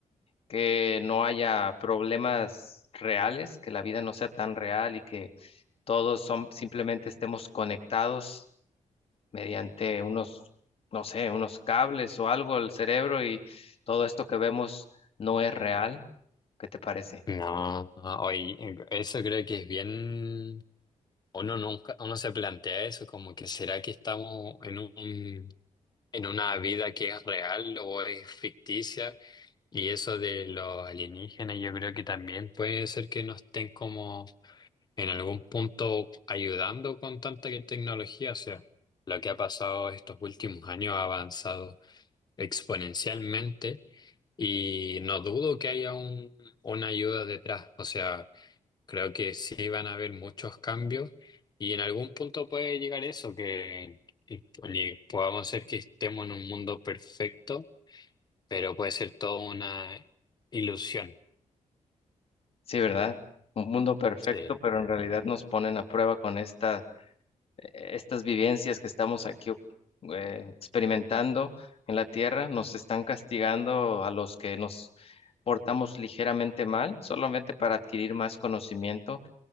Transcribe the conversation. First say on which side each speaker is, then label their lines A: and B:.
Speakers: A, on the left; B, on the left.
A: que no haya problemas reales, que la vida no sea tan real y que todos son, simplemente estemos conectados mediante unos, no sé, unos cables o algo al cerebro y todo esto que vemos no es real. ¿Qué te parece?
B: No, hoy eso creo que es bien. Uno nunca, uno se plantea eso, como que será que estamos en un, en una vida que es real o es ficticia. Y eso de los alienígenas, yo creo que también puede ser que no estén como en algún punto ayudando con tanta que- tecnología. O sea, lo que ha pasado estos últimos años ha avanzado exponencialmente y no dudo que haya un- una ayuda detrás. O sea, creo que sí van a haber muchos cambios y en algún punto puede llegar eso, que y- y podamos ser que estemos en un mundo perfecto, pero puede ser toda una ilusión.
A: Sí, ¿verdad? Un mundo perfecto,
B: Sí.
A: pero en realidad nos ponen a prueba con esta e-, estas vivencias que estamos aquí eh, experimentando en la tierra nos están castigando a los que nos portamos ligeramente mal, solamente para adquirir más conocimiento.